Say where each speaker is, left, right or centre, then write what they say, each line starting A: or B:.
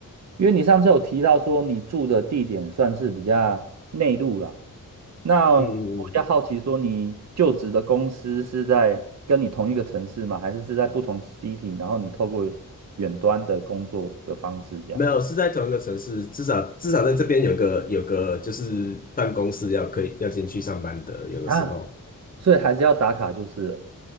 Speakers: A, on the right; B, on the left.
A: 因为你上次有提到说你住的地点算是比较内陆啦，那我比较好奇说你就职的公司是在跟你同一个城市吗？
B: 嗯嗯嗯，
A: 还是是在不同 city，然后你透过远端的工作的方式这样
B: 没有，是在同一个城市，至少至少在这边有个有个就是办公室要可以要进去上班的，有的时候
A: 啊？所以还是要打卡就是了